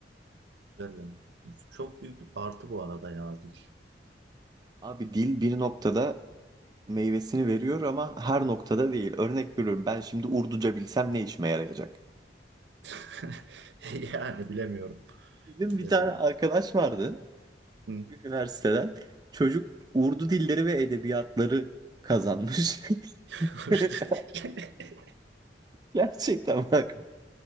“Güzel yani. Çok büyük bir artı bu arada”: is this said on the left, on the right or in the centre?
Right